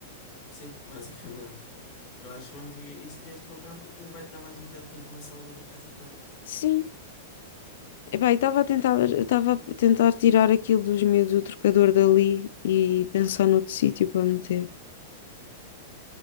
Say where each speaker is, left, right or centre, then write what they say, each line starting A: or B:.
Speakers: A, on the left; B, on the left.
A: sim, <laughs> basicamente. Eu acho mesmo que isso devias de comprar porque vai-te dar mais um bocado de arrumação ali na casa de banho.
B: Sim. Epá, e estava a tentar, estava a tentar tirar aquilo dos meus do trocador dali e pensar noutro sítio para meter.